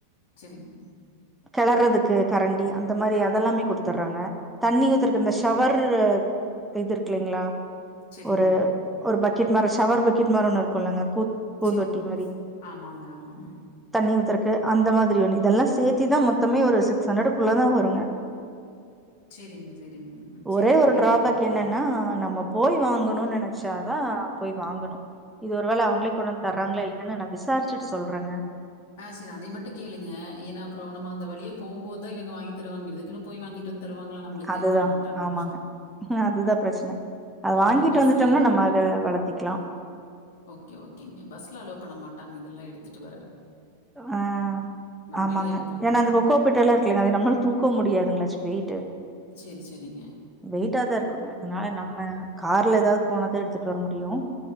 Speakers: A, on the left; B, in the centre.
A: செரிங்க
B: கிளர்றதுக்கு கரண்டி அந்த மாரி அதெல்லாமே குடுத்துடுறாங்க தண்ணி ஊத்துறதுக்கு இந்த ஷவர் இது இருக்கு இல்லிங்களா
A: சரிங்க.
B: ஒரு ஒரு பட் பக்கட் மரம் சவர் பக்கட் மர ஒன்னு இருக்கும்ல்லாங்க பூ பூந்தொட்டி
A: செரிங்க.
B: மாரி
A: ஆமாங்க ஆமாங்க
B: தண்ணி ஊத்தற்கு அந்த மாதிரி இதெல்லாம் சேர்த்திதான் மொத்தமே ஒரு சிக்ஸ் ஹண்டக்குள்ள தான் வருங்க
A: செரிங்க செரிங்க
B: ஒரே
A: செரி பண்ணிரலாங்க
B: ஒரு டிராபேக் என்னன்னா நம்ம போய் வாங்கணும்னு நினைச்சாதான் போய் வாங்கணும் இது ஒரு வேளை அவங்களே கொண்டு வந்து தர்றாங்களா இல்லையன்னு ந விசாரிச்சுட்டு சொல்றங்க
A: ஆ செரி அத மட்டும் கேளுங்க ஏன்ன அப்றோ நம்ம அந்த வழியா போகும் போதுதான் இவங்க வாங்கி தருவாங்க இதுக்குன்னு போய்ங்கிட்டு வந்து தருவாங்களா நம்மளுக்கு?
B: அதுதான்
A: தரமாட்டாங்க.
B: ஆமாங்க அதுதான் பிரச்சனை அதை
A: ஆமாங்க.
B: வாங்கிட்டு
A: பஸ்லயும்
B: வந்துட்டோம்னா
A: கொண்டு
B: நம்ம
A: வர
B: அத வளர்த்திக்கலாம்
A: ஓகே ஓகேங்க பஸ்ல அலோ பண்ண மாட்டாங்க இதெல்லாம் எடுத்துட்டு வர
B: ஆ
A: வண்டியில
B: ஆமாங்க
A: தான் எடுப்போம் நம்ம.
B: ஏன்னா அந்த கோகோ பீட் எல்லா இருக்கில்லாங்க அது நம்மளுக்கு தூக்க முடியாதுங்களாச்சு வெயிட்டு
A: சரி, சரிங்க.
B: வெயிட்டாதான் இருக்குங்க அதனால நம்ம கார்ல ஏதாது போனா தான் எடுத்து வர முடியும்